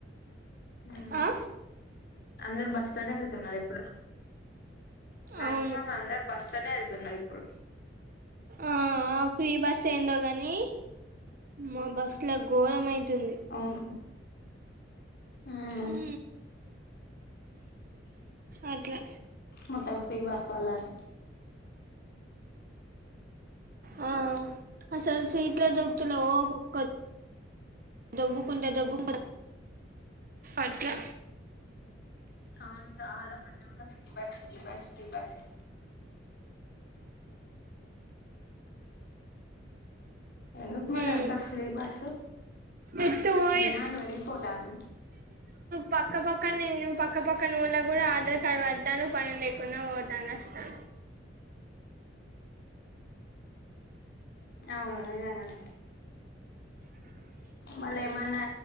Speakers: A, on the left; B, on the right.
A: ఉమ్,
B: ఆ
A: అందరు బస్సులోనే యెళ్తున్నారు ఇప్పుడు మాక్సిమం
B: అవును
A: అందరు బస్సులోనే యెళ్తున్నారు ఇప్పుడు
B: ఆ ఫ్రీ బస్ ఏందో గాని మా బస్సు లో ఘోరం అయి తుంది
A: అవును ఉమ్,
B: హూ అట్లా
A: మొత్తం ఫ్రీ బస్ వల్లనే
B: ఆ అసలు సీట్లే దొరుక్కుతలేవ్ ఒక్కొక్క దబ్బుకుంట దబ్బుకుంట అట్లా
A: అవును చాలా మంది కూడా free bus free bus free బసే ఎందుకు మాళ్ళ
B: ఉమ్
A: ఎంత ఫ్రీ బస్
B: ఎటు పోయే
A: డిమాండ్ పెరిగిపోతాంది
B: పక్కపక్క నే పక్కపక్క నొల్లు కూడా ఆధార్ కార్డ్ వాడతాను పని లేకుండా పోతాను వస్తాండు
A: అవును నిజంగానే
B: అ
A: మళ్ళా ఏమన్నా